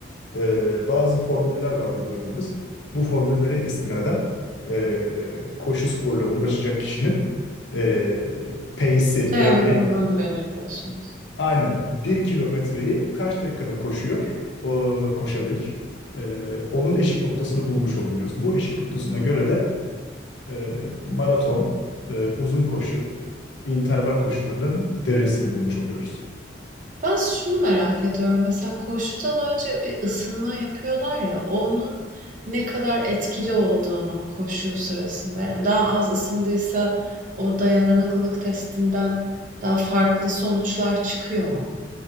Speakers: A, on the left (about 75°); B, on the right (about 45°).
A: e, bazı formüller var uyguladığımız. Bu formüllere istinaden e, koşu sporla uğraşacak kişinin e, pace'i
B: Dayanıklılığını
A: yani
B: belirliyorsunuz.
A: aynen bir kilometreyi kaç dakikada koşuyor o koşabilir. E, onun eşik noktasını bulmuş oluyoruz. Bu eşik noktasına göre de e, maraton, e, uzun koşu, interval koşularının derecesini bulmuş oluyoruz.
B: Ben şunu merak ediyorum. Mesela koşudan önce bir ısınma yapıyorlar ya, onun ne kadar etkili olduğunu koşu sırasında. Yani daha az ısındıysa o dayanıklılık testinden daha farklı sonuçlar çıkıyor mu?